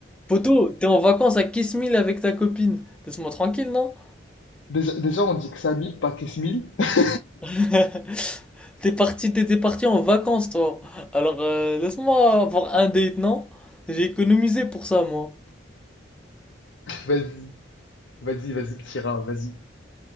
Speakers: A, in the centre; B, on the left (about 70°).
A: Poto, t'es en vacances à Kiss Me avec ta copine. Laisse-moi tranquille, non?
B: Déjà, déjà, on dit que ça mille, pas que ce mille. <laughs>
A: <laughs> T'es parti, t'étais parti en vacances, toi. Alors, euh, laisse-moi avoir un date, non? J'ai économisé pour ça, moi.
B: Vas-y, vas-y, vas-y, petit vas-y.